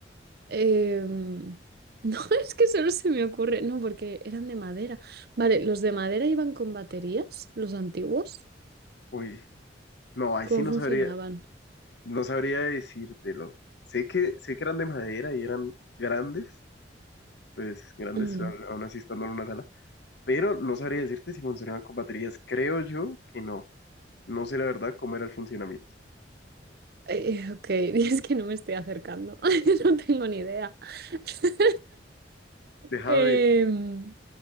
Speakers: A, on the right; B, on the left.
A: Em, no, <laughs> es que solo se me ocurre. No, porque eran de madera. Vale, ¿los de madera iban con baterías? ¿Los antiguos?
B: Uy. No, ahí
A: ¿Cómo
B: sí no
A: funcionaban?
B: sabría, No sabría decírtelo. Sé que, sé que eran de madera y eran grandes, pues grandes,
A: Mm,
B: a- aún así estando en una sala, pero no sabría decirte si funcionaban con baterías. Creo yo que no. No sé la verdad cómo era el funcionamiento.
A: eh, ok, <laughs> es que no me estoy acercando. <laughs> No tengo ni idea. <laughs>
B: Déjame
A: Em,